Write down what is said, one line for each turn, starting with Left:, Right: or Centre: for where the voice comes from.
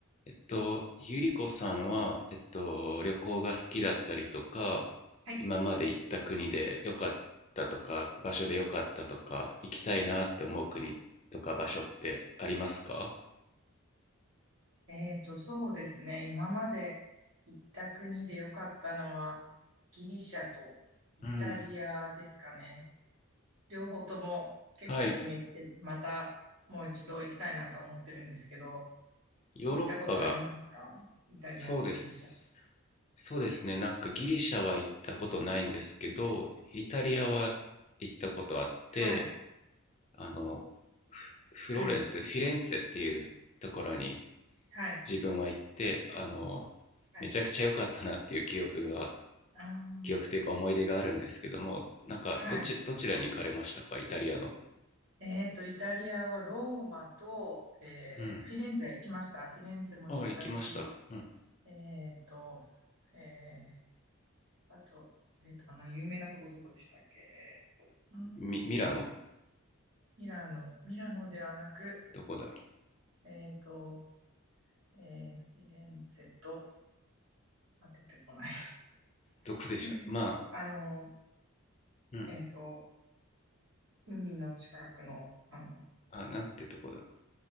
Left: えっと、ゆりこさんは、えっと、旅行が好きだったりとか、
Right: はい。
Left: 今まで行った国で良かったとか、場所で良かったとか、行きたいなって思う国とか場所ってありますか
Right: えーと、そうですね。今まで行った国で良かったのは、ギリシャとイタリアですかね。
Left: うん。
Right: 両方とも結構気に入って、
Left: はい、
Right: またもう一度行きたいなとは思ってるんですけど、
Left: ヨーロッパが、
Right: 行ったことありますかイタリアとギリシャ。
Left: そうです。そうですね、なんかギリシャは行ったことないんですけど、イタリアは行ったことあって、
Right: はい。
Left: あの、フフローレンス、
Right: はい。
Left: フィレンツェっていうところに
Right: はい。
Left: 自分は行ってあの
Right: はい。
Left: めちゃくちゃ良かったなっていう記憶が
Right: あー
Left: 記憶というか思い出があるんですけどもなんかどちどちらに行かれましたかイタリアの
Right: はい。えーと、イタリアはローマと、えーフィレンツェ行きました。
Left: うん
Right: フィレンツェも行ったし、
Left: ああ行きました、うん、
Right: えーと、えーあと、えっと、あの、有名なとこどこでしたっけえっと、うーん、
Left: ミミラノ
Right: ミラノ、ミラノではなく、
Left: どこだろう
Right: えっと、えー、フィレンツェと、あ、出てこない。
Left: どこでしょうまあ
Right: <laughs> えーあの、
Left: うん
Right: えっと、海の近くの、あの、
Left: あなんてとこだろう